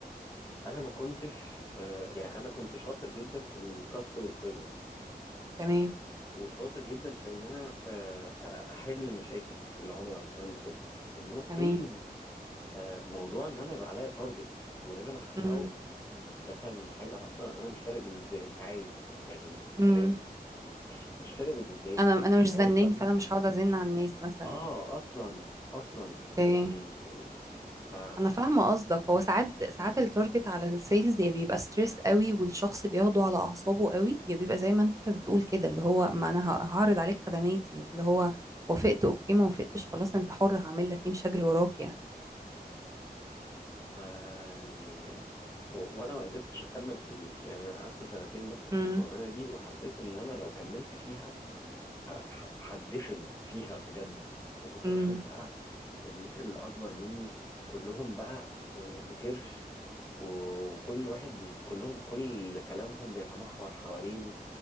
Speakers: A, on the left; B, on the right.
A: انا ما كنتش آه يعني انا كنت شاطر جدا في الكاستمر سيرفيس
B: تمام
A: وشاطر جدا في ان انا آه آه، احل المشاكل العملاء والكلام ده كله انما السيلز
B: تمام
A: آه، موضوع ان انا يبقى عليا تارجت ولازم احققه
B: امم
A: ده كان حاجه اصلا انا مش فارق بالنسبه لي ومش عايز يعني
B: امم
A: تمام مش فارق بالنسبه لي
B: انا انا
A: اللي
B: مش
A: هو
B: زنين
A: التارجت
B: فانا
A: مين
B: مش هقعد ازن على الناس مثلا
A: اه اصلا اصلا
B: اوكي
A: يعني ف <laughs>
B: انا فاهمه قصدك هو ساعات ساعات التارجت على السيلز يا بيبقى ستريس قوي والشخص بياخده على اعصابه قوي يا بيبقى زي ما انت بتقول كده اللي هو ما انا ه- هعرض عليك خدماتي اللي هو وافقت اوكي ما وافقتش خلاص انت حر هعمل لك ايه مش هجري وراك يعني
A: ف- يعني و- وانا ما قدرتش اكمل في ال... يعني انا قعدت سنتين بس
B: امم
A: في الشغلانه دي وحسيت ان انا لو كملت فيها ه- هتدفن فيها بجد وكنت
B: امم
A: بشوف بقى الناس اللي اكبر مني كلهم بقى آه، بكرش وكل واحد بي كلهم كل كلامهم بيتمحور حوالين